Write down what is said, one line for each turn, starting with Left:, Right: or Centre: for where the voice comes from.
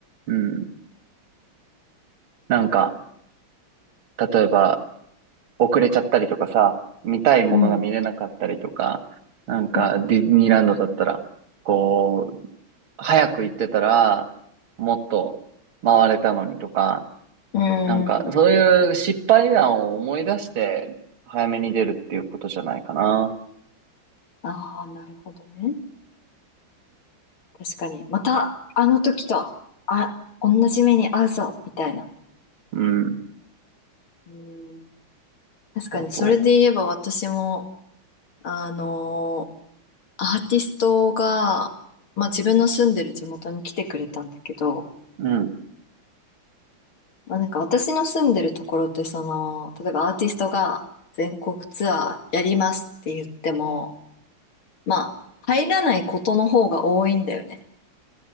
Right: うん。なんか、例えば遅れちゃったりとかさ、見たいものが見れなかったりとか、
Left: うん、
Right: なんかディズニーランドだったら、
Left: うん、
Right: こう、早く行ってたら、もっと回れたのにとか、
Left: うん、
Right: なんか、
Left: うん。
Right: そういう失敗談を思い出して、早めに出るっていうことじゃないかな。
Left: ああ、なるほどね。確かに。また、あの時と、あ、同じ目に遭うぞ、みたいな。
Right: うん。
Left: うん。確かに、
Right: そうそ
Left: それで言えば私も、あのアーティストが、まあ自分の住んでる地元に来てくれたんだけど、
Right: う。うん。
Left: まあなんか私の住んでるところって、その、例えばアーティストが全国ツアーやりますって言っても、まあ、入らないことの方が多いんだよね。